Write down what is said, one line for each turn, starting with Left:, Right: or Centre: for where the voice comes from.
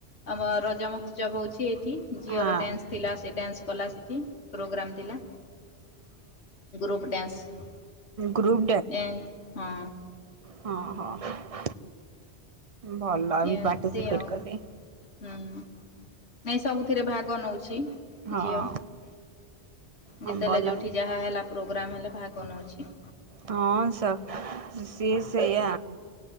Left: ଆମ ରଜ ମହୋତ୍ସବ ହଉଛି ଏଇଠି ଝିଅର
Right: ହଁ
Left: ଡ୍ୟାନ୍ସ ଥିଲା ସେ ଡ୍ୟାନ୍ସ କଲା ସେଠି ପ୍ରୋଗ୍ରାମ୍ ଥିଲା ଗ୍ରୁପ ଡ୍ୟାନ୍ସ।
Right: ଗ୍ରୁପ
Left: ଏନ୍ ହଁ।
Right: ହଁ ହଁ। ଭଲମ
Left: ଏମିତି
Right: ପାର୍ଟିସିପେଟ
Left: ଆଉ
Right: କଲି।
Left: ହୁଁ ନାଇଁ ସବୁଥିରେ ଭାଗ ନଉଛି।
Right: ହଁ।
Left: ଝିଅ
Right: ହଁ
Left: ଯେତେବେଳେ
Right: ଭଲ
Left: ଯୋଉଠି ଯାହା ହେଲା ପ୍ରୋଗ୍ରାମ ହେଲେ ଭାଗ ନଉଛି।
Right: ହଁ ସ ସିଏ ସେୟ।